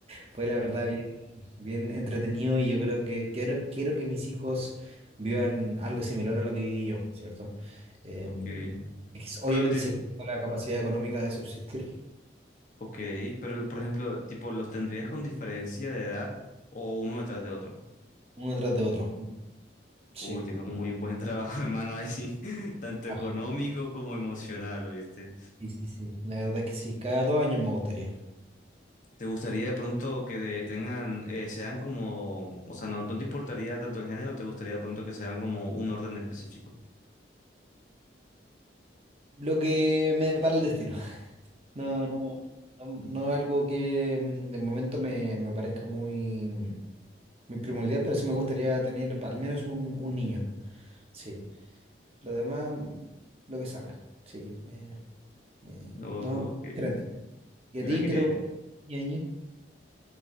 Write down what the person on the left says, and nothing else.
Ok.
Pero
los di-
ok, pero por ejemplo, tipo, ¿los tendrías con diferencia de edad o uno detrás de otro?
Uy, tienes un muy buen trabajo, <laughs> hermano, ahí, <laughs> tanto
económico como emocional, ¿oíste?
¿Te gustaría de pronto que de- tengan, eh, sean como, o sea, no, no te importaría tanto el género, te gustaría de pronto que sean como un orden específico?
No,
que-
mira
que